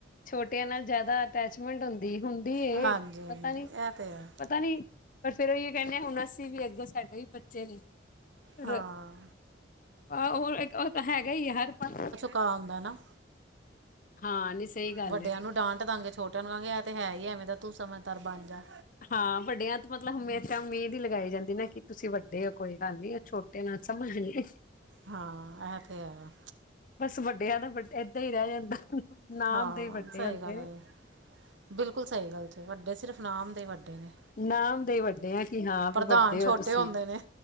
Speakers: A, on the left (about 45°); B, on the right (about 80°).
A: ਛੋਟਿਆਂ ਨਾਲ ਜਾਦਾ ਅਟੈਚਮੈਂਟ ਹੁੰਦੀ ਏ ਹੁੰ। ਦੀ ਏ
B: ਹਾਂਜੀ ਹਾਂਜੀ
A: ਪਤਾ ਨੀ-ਪਤਾ
B: ਇਹ ਤੇ ਹੈ
A: ਨੀ ਪਰ ਫੇਰ ਉਹਿਓ ਕਹਿੰਨੇ ਹਾਂ ਹੁਣ ਅਸੀਂ ਵੀ ਅੱਗੇ ਸਾਡੇ ਵੀ ਬੱਚੇ ਨੇ ਫਿਰ
B: ਹਾਂ
A: ਆਹ ਉਹ ਇੱਕ ਉਹ ਤਾਂ ਹੈਗਾ ਹੀ ਆ ਹਰ ਪੰ
B: ਤਾ ਆਉਂਦਾ ਨਾ।
A: ਹਾਂ ਨੀ ਸਹੀ ਗੱਲ
B: ਵੱਡਿਆਂ
A: ਏ।
B: ਨੂੰ ਡਾਂਟ ਦਾਂਗੇ ਛੋਟਿਆਂ ਨੂੰ ਕਹਾਂਗੇ ਕਿ ਇਹ ਹੈ ਹੀ ਐਵੇਂ ਦਾ ਤੂੰ ਸਮਝਦਾਰ ਬਣ ਜਾ।
A: ਹਾਂ ਵੱਡਿਆਂ ਤੋਂ ਮਤਲਬ ਹਮੇਸ਼ਾ ਉਮੀਦ ਹੀ ਲਗਾਈ ਜਾਂਦੀ ਨਾ ਕਿ ਤੁਸੀਂ ਵੱਡੇ ਹੋ ਕੋਈ ਗੱਲ ਨੀ। ਛੋਟੇ ਨਾਲ ਸਮਝ ਨੀ ਏ।
B: ਹਾਂ, ਇਹ ਤੇ ਹੈ।
A: ਬਸ ਵੱਡਿਆਂ ਦਾ ਏਦਾਂ ਹੀ ਰਹਿ ਜਾਂਦਾ। ਨਾਮ
B: ਹਾਂ,
A: ਦੇ ਹੀ ਵੱਡੇ
B: ਸਹੀ
A: ਹੁੰਦੇ
B: ਗੱਲ
A: ਨੇ
B: ਬਿਲਕੁਲ ਸਹੀ ਗੱਲ ਜੇ ਵੱਡੇ ਸਿਰਫ ਨਾਮ ਦੇ ਵੱਡੇ ਨੇ।
A: ਨਾਮ ਦੇ ਹੀ ਵੱਡੇ ਆ ਕਿ ਹਾਂ ਵੀ
B: ਪ੍ਰਧਾਨ
A: ਵੱਡੇ
B: ਛੋਟੇ
A: ਹੋ ਤੁਸੀਂ।
B: ਹੁੰਦੇ ਨੇ